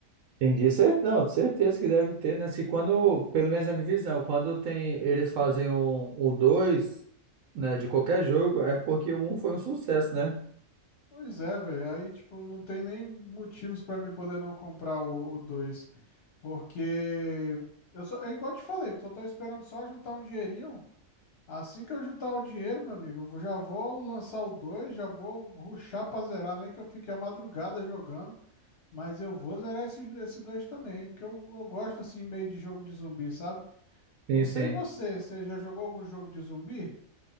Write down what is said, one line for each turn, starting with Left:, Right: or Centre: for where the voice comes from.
Right: entendi. Cer- Não, de certeza que deve ter, né? Se quando, pelo menos na minha visão, quando tem, eles fazem
Left: Hum?
Right: um, o dois, né, de qualquer jogo, é porque o um foi um sucesso, né?
Left: Pois é, velho. Aí, tipo, não tem nem motivos pra me poder não comprar o 2, Porque eu só, é igual eu te falei, tô, tô esperando só juntar um dinheirinho. Assim que eu juntar o dinheiro, meu amigo, eu vou- já vou lançar o 2, já vou rushar pra zerar, nem que eu fique a madrugada jogando. Mas eu vou zerar esse, esse 2 também, porque eu, eu gosto assim meio de jogo de zumbi, sabe? Não
Right: Sim,
Left: sei
Right: sim.
Left: você, você já jogou algum jogo de zumbi?